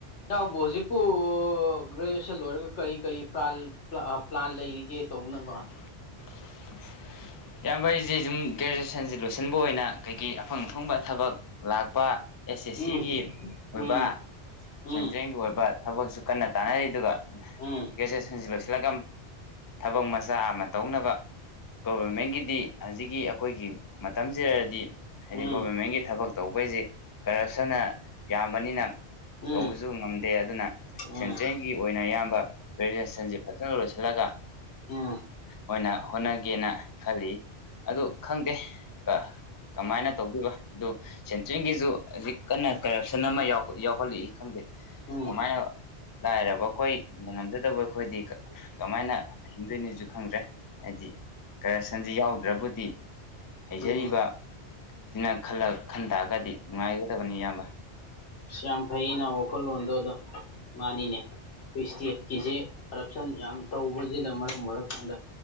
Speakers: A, on the left; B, on the left.
A: ꯏꯎꯕꯨ ꯍꯧꯖꯤꯛꯄꯨ ꯒ꯭ꯔꯦꯖꯨꯑꯦꯁꯟ ꯂꯣꯏꯔꯒ ꯀꯔꯤ ꯀꯔꯤ ꯄ꯭ꯂꯥꯟ ꯄ꯭ꯂꯥꯟ ꯂꯩꯔꯤꯒꯦ ꯇꯧꯅꯕ
B: <unintelligible> ꯏꯌꯥꯝꯕꯩꯁꯤ ꯁꯨꯝ ꯒ꯭ꯔꯦꯖꯨꯋꯦꯁꯟꯁꯤ ꯂꯣꯏꯁꯤꯟꯕ ꯑꯣꯏꯅ ꯀꯩꯀꯩ ꯑꯐꯪ ꯑꯐꯪꯕ ꯊꯕꯛ ꯂꯥꯛꯄ ꯑꯦꯁ ꯑꯦꯁ ꯁꯤꯒꯤ
A: ꯎꯝ
B: ꯑꯣꯏꯕ
A: ꯎꯝ ꯎꯝ
B: ꯁꯦꯟꯇ꯭ꯔꯦꯜꯒꯤ ꯑꯣꯏꯕ ꯊꯕꯛꯁꯨ ꯀꯟꯅ ꯇꯥꯟꯅꯔꯤ ꯑꯗꯨꯒ
A: ꯎꯝ
B: ꯒ꯭ꯔꯦꯖꯨꯑꯦꯁꯟꯁꯤ ꯂꯣꯏꯁꯤꯜꯂꯒ ꯊꯕꯛ ꯃꯆꯥ ꯑꯃ ꯇꯧꯅꯕꯒ ꯒꯣꯕꯃꯦꯟꯒꯤꯗꯤ ꯍꯧꯖꯤꯛꯀꯤ ꯑꯩꯈꯣꯏꯒꯤ ꯃꯇꯝꯁꯤꯗꯗꯤ ꯍꯥꯏꯗꯤ
A: ꯎꯝ
B: ꯒꯣꯕꯔꯃꯦꯟꯒꯤ ꯊꯕꯛ ꯇꯧꯕꯩꯁꯤꯦ ꯀꯔꯞꯁꯟꯅ ꯌꯥꯝꯕꯅꯤꯅ
A: ꯎꯝ
B: ꯇꯧꯕꯁꯨ ꯉꯝꯗꯦ ꯑꯗꯨꯅ
A: ꯎꯝ
B: ꯁꯦꯟꯇ꯭ꯔꯦꯜꯒꯤ ꯑꯣꯏꯅ ꯑꯌꯥꯝꯕ ꯒ꯭ꯔꯦꯖꯨꯁꯟꯁ ꯐꯖꯅ ꯂꯣꯏꯁꯤꯟ ꯆꯠꯂꯒ
A: ꯎꯝ ꯎꯝ
B: ꯑꯣꯏꯅ ꯍꯣꯠꯅꯒꯦꯅ ꯈꯜꯂꯤ ꯑꯗꯨ ꯈꯪꯗꯦ ꯀꯥ ꯀꯃꯥꯏꯅ ꯇꯧꯗꯕ ꯑꯗꯨ ꯁꯦꯟꯇ꯭ꯔꯦꯜꯒꯤꯁꯨ ꯍꯧꯖꯤꯛ ꯀꯟꯅ ꯀꯔꯞꯁꯟ ꯑꯃ ꯌꯥꯎꯍꯜꯂꯛꯏ ꯈꯪꯗꯦ
A: ꯎꯝ
B: ꯑꯣꯃꯥꯏꯅ ꯂꯥꯏꯔꯕ ꯑꯩꯈꯣꯏꯉꯝꯖꯗꯕ ꯑꯩꯈꯣꯏꯗꯤ ꯀꯃꯥꯏꯅ ꯍꯤꯡꯗꯣꯏꯅꯤꯣꯁꯨ ꯈꯪꯗ꯭ꯔꯦ ꯍꯥꯏꯗꯤ ꯀꯔꯞꯁꯟꯁꯤ ꯌꯥꯎꯗ꯭ꯔꯕꯨꯗꯤ ꯍꯩꯖꯔꯤꯕ
A: ꯎꯝ
B: ꯁꯤꯅ ꯈꯜꯂ ꯈꯟ ꯇꯥꯔꯒꯗꯤ ꯅꯨꯡꯉꯥꯏꯒꯗꯕꯅꯤ ꯏꯌꯥꯝꯕ
A: ꯌꯥꯝ ꯐꯩꯩꯅ ꯋꯥꯈꯣꯜꯣꯗꯣ ꯑꯗꯣ ꯃꯥꯅꯤꯅꯦ ꯑꯩꯈꯣꯏ ꯏꯁꯇꯦꯠꯀꯤꯁꯦ ꯀꯔꯞꯁꯟ ꯌꯥꯝ ꯇꯧꯕꯁꯤꯅ ꯃꯔꯝ ꯑꯣꯏꯔꯀꯥꯟꯗ